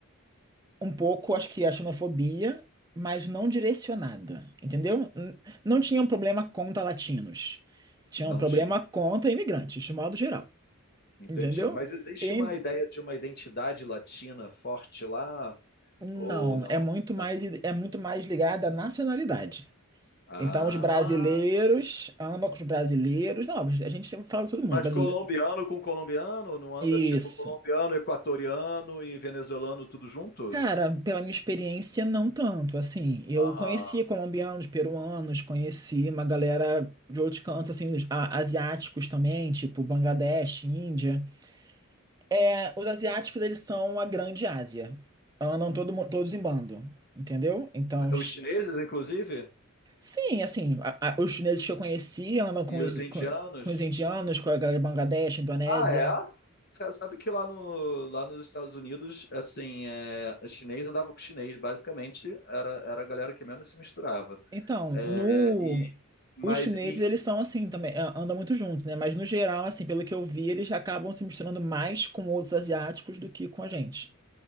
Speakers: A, on the right; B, on the left.
A: um pouco, acho que a xenofobia, mas não direcionada, entendeu? N- Não tinha um problema contra latinos. Tinha
B: Não
A: um problema
B: tinha.
A: contra imigrantes, de modo geral,
B: Entendi.
A: entendeu?
B: Mas existe
A: E
B: uma ideia de uma identidade latina forte lá?
A: não,
B: Ou não?
A: é muito mais,
B: Não.
A: é muito mais ligada à nacionalidade.
B: Ah,
A: Então, os brasileiros,
B: ah,
A: ama com os brasileiros. Não, a gente sempre fala com todo mundo.
B: mas
A: é brasileiro.
B: colombiano com colombiano? Não anda
A: Isso.
B: tipo colombiano, equatoriano e venezuelano tudo junto?
A: Cara, pela minha experiência, não tanto. Assim, eu
B: Aham.
A: conheci colombianos, peruanos, conheci uma galera de outros cantos, assim, os a- asiáticos também, tipo Bangladesh, Índia. É, os asiáticos, eles são a grande Ásia. Andam todo, mu- todos em bando, entendeu? Então, ch-
B: Os chineses, inclusive?
A: sim, assim, a- a- os chineses que eu conheci andam
B: E
A: com
B: os
A: os,
B: indianos?
A: com, com os indianos, com a galera de Bangladesh, Indonésia.
B: Ah, é? Você sabe que lá, no, lá nos Estados Unidos, assim, é, chinês andava com chinês, basicamente, era, era a galera que menos se misturava.
A: Então,
B: É,
A: no...
B: e, mas
A: Os chineses,
B: e
A: eles são assim também, a- andam muito juntos, né? Mas no geral, assim, pelo que eu vi, eles acabam se misturando mais com outros asiáticos do que com a gente.